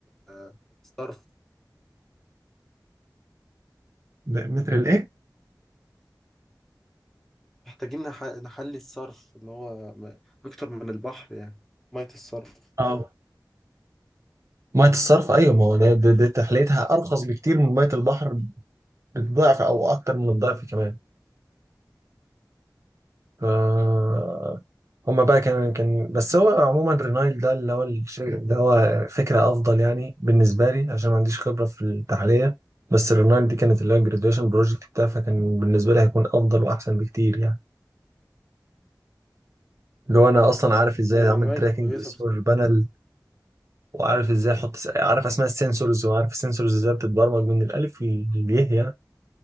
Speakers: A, in the centre; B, on the right (about 45°).
A: آه، الصرف
B: ب- متر الإيه؟
A: محتاجين نح- نحلي الصرف اللي هو م- أكتر من البحر يعني مية الصرف
B: أه مية الصرف أيوة ما هو ده, ده, ده تحليتها أرخص بكتير من مية البحر بالضعف أو أكتر من الضعف كمان ف هما بقى كان كان بس هو عموما رينايل ده اللي هو الش- اللي هو فكرة أفضل يعني بالنسبة لي عشان ما عنديش خبرة في التحلية بس رينايل دي كانت اللي هو الجراديويشن بروجكت بتاعي فكان بالنسبة لي هيكون أفضل وأحسن بكتير يعني اللي هو أنا أصلا عارف إزاي
A: هي
B: أعمل
A: رونايل
B: تراكنج
A: كويسة
B: للسولار
A: بصراحة
B: بانل وعارف إزاي أحط س- عارف أسماء السنسورز وعارف السنسورز إزاي بتتبرمج من الألف للياء يعني